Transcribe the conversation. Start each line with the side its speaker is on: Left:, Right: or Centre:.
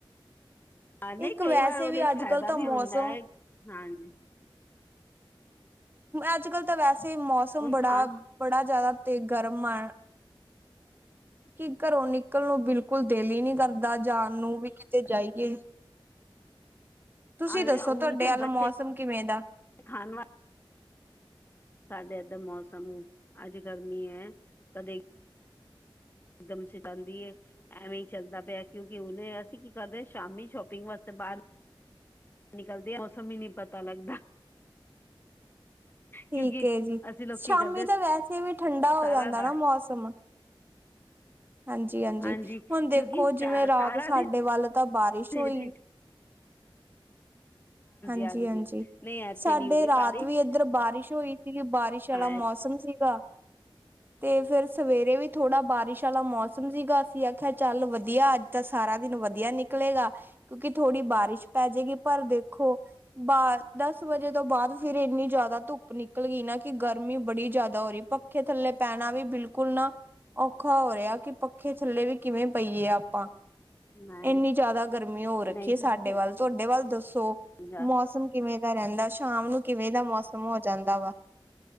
Left: ਹਾਂ ਨਹੀਂ
Right: ਇੱਕ
Left: ਕਈ
Right: ਵੈਸੇ
Left: ਵਾਰ ਉਹਦੇ
Right: ਵੀ
Left: ਚ
Right: ਅੱਜ
Left: ਫਾਇਦਾ
Right: ਕੱਲ੍ਹ ਤਾਂ
Left: ਵੀ
Right: ਮੌਸਮ
Left: ਹੁੰਦਾ ਹੈ ਹਾਂਜੀ
Right: ਅੱਜ ਕੱਲ੍ਹ ਤਾਂ ਵੈਸੇ ਮੌਸਮ
Left: ਹੁਣ
Right: ਬੜਾ
Left: ਖਾ
Right: ਬੜਾ ਜਿਆਦਾ ਤੇ ਗਰਮ ਆ ਕੀ ਘਰੋਂ ਨਿਕਲ ਨੂੰ ਬਿਲਕੁਲ ਦਿਲ ਹੀ ਨਹੀਂ ਕਰਦਾ ਜਾਣ ਨੂੰ ਵੀ ਕਿਤੇ ਜਾਈਏ ਤੁਸੀਂ
Left: ਅਰੇ
Right: ਦੱਸੋ
Left: ਹੁਣ
Right: ਤੁਹਾਡੇ
Left: ਤੇ
Right: ਵੱਲ
Left: ਬੱਚੇ
Right: ਮੌਸਮ ਕਿਵੇਂ ਦਾ
Left: ਖਾਣ ਵਾਲੇ ਸਾਡੇ ਇਧਰ ਮੌਸਮ ਅੱਜ ਗਰਮੀ ਹੈ ਕਦੇ ਇਕਦਮ ਸਤਾਂਦੀ ਇਹ। ਐਵੇਂ ਹੀ ਚੱਲਦਾ ਪਿਆ ਕਿਉਂਕਿ ਉਹਨੇ ਅਸੀਂ ਕੀ ਕਰਦੇ ਹਾਂ ਸ਼ਾਮੀ ਸ਼ੋਪਿੰਗ ਵਾਸਤੇ ਬਾਹਰ। ਨਿਕਲਦੇ ਮੌਸਮ ਹੀ ਨਹੀਂ ਪਤਾ ਲੱਗਦਾ।
Right: ਠੀਕ
Left: ਕਿਉਂਕਿ
Right: ਜੀ
Left: ਅਸੀਂ ਲੋਕ ਕੀ
Right: ਸ਼ਾਮੀ
Left: ਕਰਦੇ
Right: ਤਾਂ ਵੈਸੇ ਵੀ ਠੰਡਾ ਹੋ
Left: ਸਾਰਾ
Right: ਜਾਂਦਾ
Left: ਦਾ
Right: ਨਾ ਮੌਸਮ ਹਾਂਜੀ-ਹਾਂਜੀ
Left: ਹਾਂਜੀ ਕਿਉਂਕਿ
Right: ਹੁਣ ਦੇਖੋ ਜਿਵੇਂ
Left: ਸਾਰਾ
Right: ਰਾਤ ਸਾਡੇ
Left: ਦਿਨ
Right: ਵੱਲ ਤਾਂ ਬਾਰਿਸ਼
Left: ਹਾਂਜੀ
Right: ਹੋਈ ਹਾਂਜੀ-ਹਾਂਜੀ
Left: ਹਾਂਜੀ ਨਹੀਂ ਇੱਥੇ
Right: ਸਾਡੇ
Left: ਨੀ ਹੋਈ
Right: ਰਾਤ
Left: ਬਾਰਿਸ਼
Right: ਵੀ ਇੱਧਰ ਬਾਰਿਸ਼ ਹੋਈ ਕਿ ਬਾਰਿਸ਼ ਵਾਲਾ
Left: ਹਾਂ
Right: ਮੌਸਮ ਸੀਗਾ। ਅਤੇ ਫਿਰ ਸਵੇਰੇ ਵੀ ਥੋੜ੍ਹਾ ਬਾਰਿਸ਼ ਵਾਲਾ ਮੌਸਮ ਸੀਗਾ ਅਸੀਂ ਆਖਿਆ ਚੱਲ ਵਧੀਆ ਅੱਜ ਤਾਂ ਸਾਰਾ ਦਿਨ ਵਧੀਆ ਨਿਕਲੇਗਾ ਕਿਉਂਕਿ ਥੋੜ੍ਹੀ ਬਾਰਿਸ਼ ਪੈ ਜਾਏਗੀ ਪਰ ਦੇਖੋ ਬਾ ਦਸ ਵਜੇ ਤੋਂ ਬਾਅਦ ਫਿਰ ਇੰਨੀ ਜ਼ਿਆਦਾ ਧੁੱਪ ਨਿਕਲ ਗਈ ਨਾ ਕਿ ਗਰਮੀ ਬੜੀ ਜਿਆਦਾ ਹੋ ਰਹੀ ਪਰ ਪੱਖੇ ਥੱਲੇ ਪੈਣਾ ਵੀ ਬਿਲਕੁਲ ਨਾ ਔਖਾ ਹੋ ਰਿਹਾ ਕਿ ਪੱਖੇ ਥੱਲੇ ਵੀ ਕਿਵੇਂ ਪਈਏ ਆਪਾਂ
Left: ਮੈਂ
Right: ਇਨੀ ਜ਼ਿਆਦਾ ਗਰਮੀ ਹੋ ਰੱਖੀਏ
Left: ਨਹੀਂ ਤੁਸੀਂ
Right: ਸਾਡੇ
Left: ਸਹੀ
Right: ਵੱਲ। ਤੁਹਾਡੇ ਵੱਲ ਦੱਸੋ,
Left: ਗੱਲ
Right: ਮੌਸਮ ਕਿਵੇਂ ਦਾ ਰਹਿੰਦਾ, ਸ਼ਾਮ ਨੂੰ ਕਿਵੇਂ ਦਾ ਮੌਸਮ ਹੋ ਜਾਂਦਾ ਵਾ?